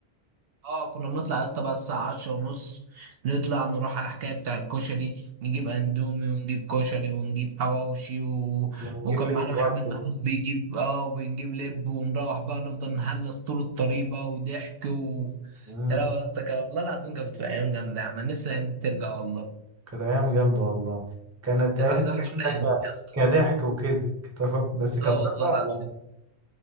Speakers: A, on the right (about 65°); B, on the right (about 15°).
A: اه كنا بنطلع يا اسطى بقى الساعة 10 ونص نطلع نروح على الحكاية بتاع الكشري نجيب اندومي ونجيب كشري ونجيب حواوشي و...
B: كنا بنجيب
A: وكان
B: لب
A: معانا
B: برضه
A: محمد محمود بيجيب اه وبنجيب لب ونروح بقى نفضل نهلس طول الطريق بقى وضحك و...
B: مم.
A: يا لهوي يا اسطى كان- والله العظيم كانت بتبقى أيام جامدة يا عم نفسي الأيام دي ترجع والله
B: كانت أيام جامدة والله كانت
A: كان
B: أيام
A: الواحد
B: جامدة
A: وحش الأيام
B: ك...
A: دي يا اسطى
B: كضحك وكده كت- بس كدراسة
A: اه والله لا
B: لا